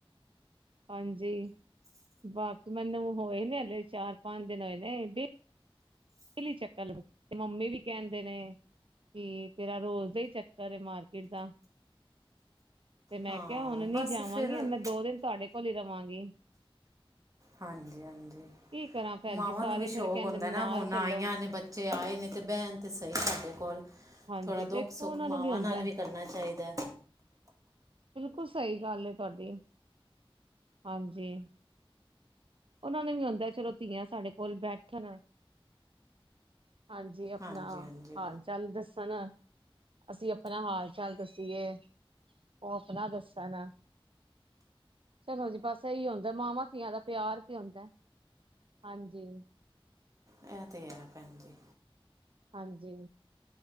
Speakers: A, on the right (about 65°); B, on the right (about 35°).
A: ਹਾਂਜੀ ਬਾਕੀ ਮੈਨੂੰ ਹੋਏ ਨੇ ਹਲੇ ਚਾਰ ਪਾਉਦੇ ਨੇ ਹੋਏ ਨੇ ਡਲੀ ਚੱਕਰ ਲਗ ਮੰਮੀ ਵੀ ਕਹਿੰਦੇ ਨੇ ਤੇ ਤੇਰਾ ਰੋਜ਼ ਦਾ ਹੀ ਚੱਕਰ ਮਾਰਕੀਟ ਦਾ ਤੇ ਮੈਂ
B: ਹਾਂ
A: ਕਿਹਾ ਹੁਣ ਨੀ
B: ਬਸ
A: ਜਾਵਾਂਗੀ
B: ਫਿਰ
A: ਹੁ ਮੈਂ ਦੋ ਦਿਨ ਤੁਹਾਡੇ ਕੋਲ ਹੀ ਰਵਾਂਗੀ
B: ਹਾਂਜੀ ਹਾਂਜੀ
A: ਕੀ ਕਰਾਂ ਭੈਣ
B: ਮਾਵਾਂ
A: ਜੀ ਸਾਰੇ
B: ਨੂੰ ਵੀ ਸ਼ੌਕ
A: ਫੇਰ ਕਹਿੰਦੇ
B: ਹੁੰਦਾ
A: ਨੇ
B: ਨਾ
A: ਨਾਲ
B: ਹੁਣ
A: ਚਲੋ
B: ਆਈਆਂ ਨੇ ਬੱਚੇ ਆਏ ਨੇ ਤੇ ਬੈਣ ਤੇ ਸਹੀ ਸਾਡੇ ਕੋਲ
A: ਹਾਂਜੀ
B: ਥੋੜਾ
A: ਦੇਖੋ
B: ਦੁੱਖ ਸੁੱਖ
A: ਉਹਨਾਂ
B: ਮਾਵਾਂ
A: ਨੂੰ ਹੁੰਦਾ
B: ਨਾਲ ਵੀ ਕਰਨਾ ਚਾਹੀਦਾ
A: ਬਿਲਕੁਲ ਸਹੀ ਗੱਲ ਤੁਹਾਡੀ ਹਾਂਜੀ ਉਹਨਾ ਨੂੰ ਵੀ ਆਉਂਦਾ ਚਲੋ ਧੀਆਂ ਸਾਡੇ ਕੋਲ ਬੈਠਣ ਹਾਂਜੀ ਜੀ ਆਪਣਾ
B: ਹਾਂਜੀ ਹਾਂਜੀ
A: ਹਾਲ ਚਾਲ ਦੱਸਣ ਅਸੀਂ ਆਪਣਾ ਹਾਲ ਚਾਲ ਦੱਸੀਏ ਉਹ ਆਪਣਾ ਦੱਸਣ ਚਲੋ ਜੀ ਬਸ ਇਹੀ ਹੁੰਦਾ ਮਾਵਾਂ ਧੀਆਂ ਦਾ ਪਿਆਰ ਆਉਂਦਾ ਹਾਂਜੀ
B: ਇਹ ਤਾਂ ਹੈ ਭੈਣ ਜੀ
A: ਹਾਂਜੀ